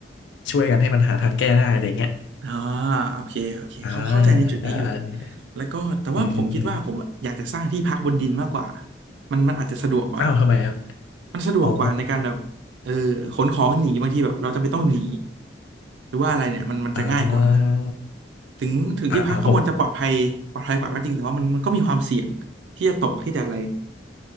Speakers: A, on the left (about 80°); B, on the right (about 75°).
A: ช่วยกันให้มันหาทางแก้ได้อะไรเงี้ย
B: อ่าโอเคโอเคเขาเข้าใจในจุดนี้อยู่
A: อ่าอ่าอ่ามี
B: แล้วก็แต่ว่าผมคิดว่าผมอยากจะสร้างที่พักบนดินมากกว่า
A: เออเออเออ
B: มันมันอาจจะสะดวกกว่า
A: อ้าวทำไมครับ
B: มันสะดวกกว่าในการแบบเออขนของหนีบางทีแบบเราจำเป็นต้องหนี
A: อ๋อ
B: หรือว่าอะไรเนี่ยมันมันจะง่ายกว่า
A: อ่า
B: ถึงถึงที่พักข้างบนจะปลอดภัยปลอดภัยกว่าก็จริงแต่ว่ามันมันก็มีความเสี่ยงที่จะตกที่จะอะไร
A: อ่าอ่าผม